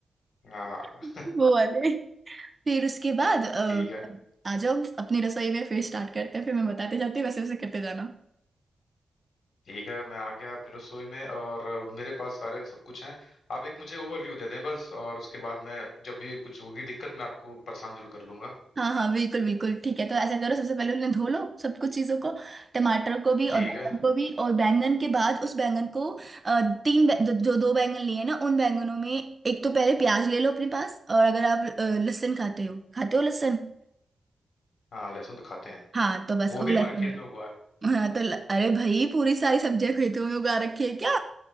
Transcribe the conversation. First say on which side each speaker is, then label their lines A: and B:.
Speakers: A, on the left; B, on the right.
A: हाँ
B: <laughs> वो वाले फिर उसके बाद
A: <laughs>
B: अ,
A: ठीक है
B: आ जाओ अपनी रसोई में फिर स्टार्ट करते हैं फिर मैं बताते जाती हूँ वैसे वैसे करते जाना
A: ठीक है मैं आ गया अपनी रसोई में और अ, मेरे पास सारे सब कुछ हैं आप एक मुझे ओवरव्यू दे दें बस और उसके बाद मैं जब भी कुछ होगी दिक्कत मैं आपको परेशान जरूर कर लूंगा
B: हाँ हाँ बिल्कुल बिल्कुल ठीक है तो ऐसा करो सबसे पहले उन्हें धो लो सब कुछ चीज़ों को टमाटर को भी और
A: ठीक
B: बैंगन
A: है
B: को भी और बैंगन के बाद उस बैंगन को अ, तीन बै- जो, जो दो बैंगन लिए ना उन बैंगनों में एक तो पहले प्याज ले लो अपने पास और अगर आप अ, लहसुन खाते हो खाते हो लहसुन
A: हाँ लहसुन तो खाते हैं
B: हाँ तो बस
A: वो
B: वो
A: भी
B: लहसुन
A: हमारे खेत में हुआ
B: हाँ तो ल- अरे भाई पूरी सारी सब्जियां खेतों में उगा रखी है क्या